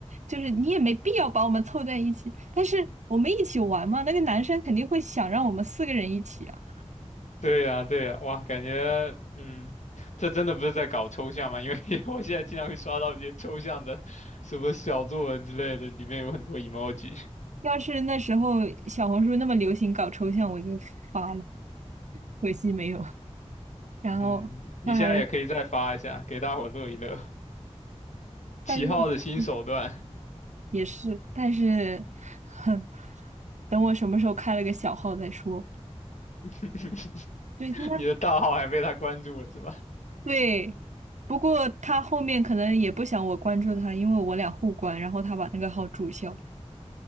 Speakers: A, on the right (about 85°); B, on the left (about 85°).
A: 就是你也没必要把我们凑在一起，但是我们一起玩嘛，那个男生肯定会想让我们四个人一起啊。
B: 对呀，对呀，哇，感觉，嗯，这真的不是在搞抽象吗？因为 <laughs> 我现在经常会刷到一些抽象的，什么小作文之类的，里面有很多 emoji。
A: 要是那时候小红书那么流行搞抽象，我就发了，可惜没有。然后他还，
B: 嗯，你现在也可以再发一下，给大伙乐一乐。起号的新手段，
A: 但是嗯也是，但是，<laughs> 哼，等我什么时候开了个小号再说。
B: <laughs>
A: 对，那
B: 你的大号还被他关注了是吧？
A: 对，不过他后面可能也不想我关注他，因为我俩互关，然后他把那个号注销。